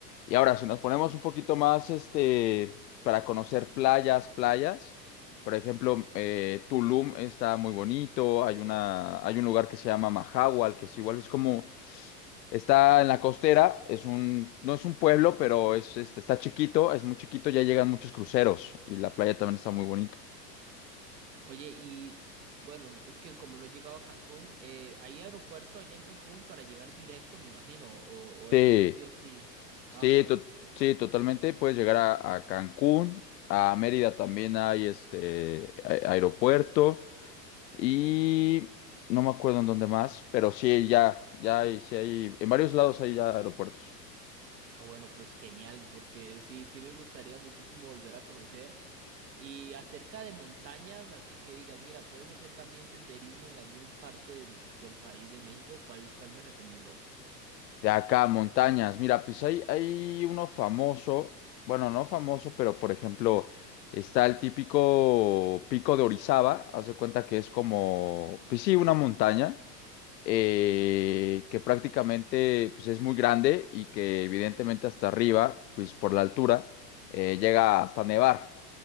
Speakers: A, on the left (about 85°); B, on the right (about 85°).
A: Y ahora, si nos ponemos un poquito más, este, para conocer playas, playas, por ejemplo, eh, Tulum está muy bonito, hay una, hay un lugar que se llama Mahahual, que es igual, es como, está en la costera, es un, no es un pueblo, pero es, este, está chiquito, es muy chiquito, ya llegan muchos cruceros y la playa también está muy bonita.
B: Oye, y bueno, es que como no he llegado a Cancún, eh, ¿hay aeropuerto allá en Cancún para llegar directo, me imagino? ¿O, o
A: Sí,
B: es que sí o sí? Ah,
A: sí,
B: ok,
A: to-
B: perfecto.
A: sí, totalmente, puedes llegar a, a Cancún, a Mérida también hay, este, a- aeropuerto. Y no me acuerdo en dónde más, pero sí, ya, ya hay, sí hay, en varios lados hay ya aeropuertos.
B: Ah, bueno, pues genial, porque sí, sí me gustaría muchísimo volver a conocer. Y acerca de montañas, así que digas, mira, puedes hacer también senderismo en alguna parte del país de México, ¿cuál, cuál me recomiendas?
A: De acá, montañas. Mira, pues hay, hay uno famoso, bueno, no famoso, pero por ejemplo, está el típico pico de Orizaba, haz de cuenta que es como, pues sí, una montaña, eh, que prácticamente pues es muy grande y que evidentemente hasta arriba, pues por la altura, eh, llega hasta nevar.